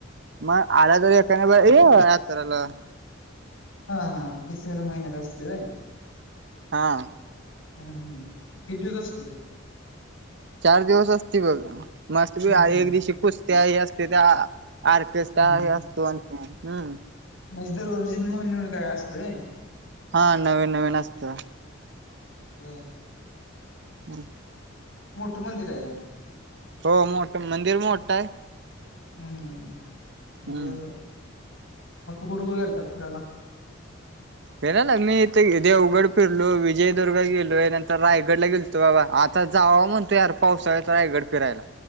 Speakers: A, on the right (about 60°); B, on the left (about 75°).
A: मंग आला तर एखाद्या <unintelligible> ए यात्रेला.
B: हा हा डिसेबर महिन्यात असते वय?
A: हा
B: हा हा किती दिवस असते?
A: चार दिवस असते बघ, मस्त बी
B: हम्म
A: आय
B: हम्म
A: एक दिवशी पूजत्या असते त्या आर्केस्ट्रा
B: हम्म
A: आहे असतो आणखीन हम्म
B: म्हणजे दररोज <unintelligible> असतोय व्हय?
A: हा नवीन नवीन असतो.
B: हम्म
A: <unintelligible>
B: मोठ मंदिर आहे.
A: हो मोठ मंदिर मोठ आहे.
B: हम्म हम्म
A: हम्म
B: बर मग तू कुठे कुठे गेलता फिरायला?
A: फिरायला मी इथ देवगड फिरलो, विजयदुर्ग गेलोय नंतर रायगडला गेल तो बाबा आता जाव म्हणतो यार पावसाळ्यात रायगड फिरायला.